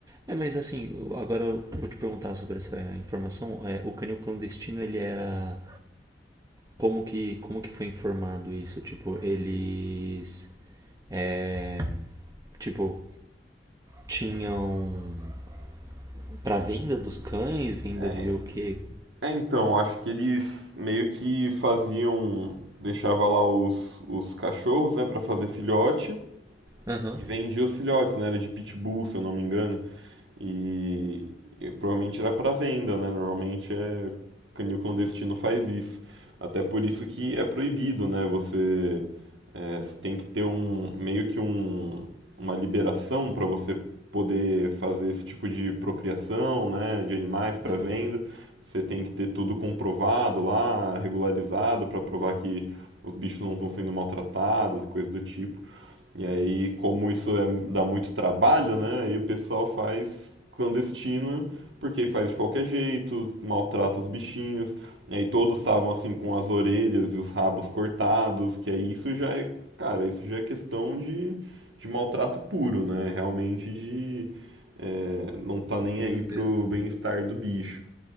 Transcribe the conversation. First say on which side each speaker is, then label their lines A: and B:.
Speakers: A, on the right; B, on the right.
A: É, mas assim, eu- agora eu vou te perguntar sobre essa informação. É, o canil clandestino, ele era. Como que, como que foi informado isso? Tipo, eles. É, tipo, tinham pra venda dos cães, venda
B: É,
A: de o quê?
B: é, então, acho que eles meio que faziam. Deixava lá os, os cachorros, né, Pra fazer filhote.
A: Aham,
B: E vendia os filhotes, né? Era de pitbull, se eu não me engano. E, e provavelmente era para venda, né? Normalmente é canil clandestino faz isso. Até por isso que é proibido, né? Você, é, você tem que ter um meio que um, uma liberação para você poder fazer esse tipo de procriação, né, de animais para
A: aham.
B: venda. Você tem que ter tudo comprovado lá, regularizado para provar que os bichos não estão sendo maltratados e coisa do tipo. E aí, como isso é- dá muito trabalho, né? Aí o pessoal faz clandestino, porque faz de qualquer jeito, maltrata os bichinhos. E aí todos estavam assim com as orelhas e os rabos cortados, que aí isso já é, cara, isso já é questão de, de maltrato puro, né? Realmente de é, não tá nem
A: Meu
B: aí pro
A: Deus.
B: bem-estar do bicho.